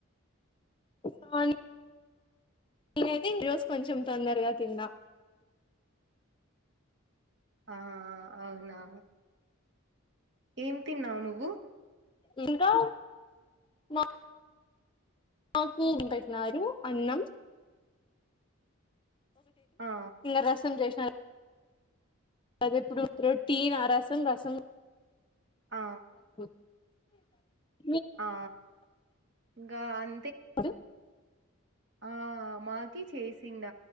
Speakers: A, on the left; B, on the right.
A: సవాను ననది ఈ రోజు కొంచెం తొందరగా తిన్నా
B: ఆ అవునా ఏం తిన్నావు నువ్వు
A: ఇంకా మ మాకు ఉ పెట్న్నారు అన్నం
B: ఆ
A: ఇంగ రసం చేస్ ఆ అదప్పుడు రొటన్ ఆ రసం రసం
B: ఆ
A: <inaudible>
B: ఆ ఇంకా అం
A: అద్
B: ఆ మాకి చేసింద